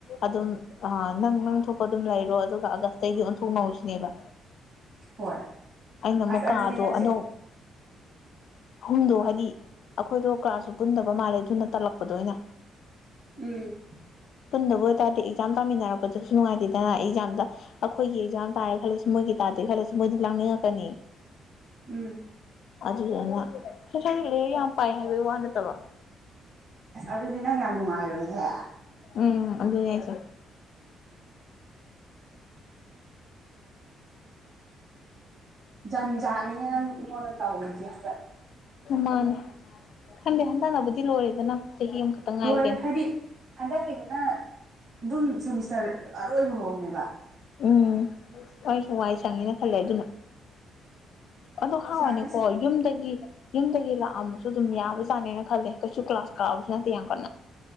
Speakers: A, on the left; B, on the right.
A: ꯑꯗꯨꯝ ꯅꯪ ꯅꯪ ꯊꯣꯛ ꯄ ꯑꯗꯨꯝ ꯂꯩꯔꯣ ꯑꯗꯨꯒ ꯑꯥꯒꯁꯇꯇꯩꯒꯤꯗꯤ ꯑꯣꯟꯊꯣꯛꯅꯧꯁꯤꯅꯦꯕ
B: ꯍꯣꯏ
A: ꯑꯩꯅ ꯑꯃꯨꯛꯀꯥꯗꯣ
B: ꯑꯁ ꯑꯗꯨꯗꯤ ꯅꯪꯁꯦ
A: ꯑꯅꯧ ꯑꯍꯨꯝꯗꯣ
B: ꯑꯥ
A: ꯍꯥꯏꯗꯤ ꯑꯩꯈꯣꯏꯗꯣ ꯀ꯭ꯂꯥꯁꯁꯨ ꯄꯨꯟꯗꯕ ꯃꯥꯜꯂꯦ ꯑꯗꯨꯅ ꯇꯜꯂꯛꯄꯗꯣ ꯑꯣꯏꯅ
B: ꯎꯝ
A: ꯄꯨꯟꯗꯕ ꯑꯣꯏꯕꯇꯥꯔꯗꯤ ꯑꯦꯛꯥꯝ ꯇꯃꯤꯟꯅꯔꯛꯄꯗꯁꯨ ꯅꯨꯡꯉꯥꯏꯇꯦ ꯠꯇꯅ ꯑꯦꯛꯖꯥꯝꯗ ꯑꯩꯈꯣꯏꯒꯤ ꯑꯦꯛꯖꯥꯝ ꯇꯥꯔꯦ ꯈꯜꯂꯁꯨ ꯃꯣꯏꯒꯤ ꯇꯥꯗꯦ ꯈꯜꯂꯁꯨ ꯃꯣꯏꯗꯤ ꯂꯥꯡꯅꯤꯡꯉꯛꯀꯅꯤ
B: ꯎꯝ
A: ꯑꯖꯤ ꯍ ꯁꯗꯤ ꯂꯩꯦ ꯌꯥꯝ ꯄ ꯍꯥꯏꯕ ꯋꯥ ꯋꯥꯅ ꯇꯕ
B: ꯑꯁ ꯑꯗꯨꯗꯤ ꯅꯪ ꯌꯥꯝ ꯅꯨꯡꯉꯥꯏꯔꯣꯏꯍꯦ
A: ꯎꯝ ꯑꯗꯨ ꯆ ꯆꯣ
B: ꯖꯟꯖꯥꯠꯅꯤ ꯅꯪ ꯑꯩꯉꯣꯟꯗ ꯇꯧꯔꯤꯁꯦ ꯍꯐꯠ
A: ꯃꯥꯅꯦ ꯈꯟꯗꯦ ꯍꯟꯊꯅꯕꯨꯗꯤ ꯂꯣꯏꯔꯦꯗꯅ ꯆꯍꯤ ꯑꯃꯈꯛꯇꯪ ꯉꯥꯏꯒꯦ
B: ꯂꯣꯏꯔꯦ ꯍꯥꯏꯗꯤ ꯍꯟꯗꯛꯀꯤꯗꯨꯅ ꯑꯗꯨꯝ ꯁꯦꯃꯤꯁꯇꯔ ꯑꯔꯣꯏꯕ ꯐꯧꯅꯦꯕ
A: ꯎꯝ ꯍꯣꯏꯁꯨ ꯋꯥꯏ ꯁꯪꯉꯦꯅ ꯈꯜꯂꯦ ꯑꯗꯨꯅ ꯑꯗꯨꯣ ꯍꯥꯎꯋꯥꯅꯤꯀꯣ
B: ꯁꯪꯉꯦ ꯁꯪ
A: ꯌꯨꯝꯗꯒꯤ ꯌꯨꯝꯗꯒꯤ ꯂ ꯑꯃꯁꯨ ꯑꯗꯨꯝ ꯌꯥꯕꯖꯥꯠꯅꯤꯅ ꯈꯜꯂꯦ ꯀꯩꯁꯨ ꯀ꯭ꯂꯥꯁ ꯀꯥꯕꯁꯨ ꯅꯠꯇꯦ ꯌꯥꯝ ꯀꯟꯅ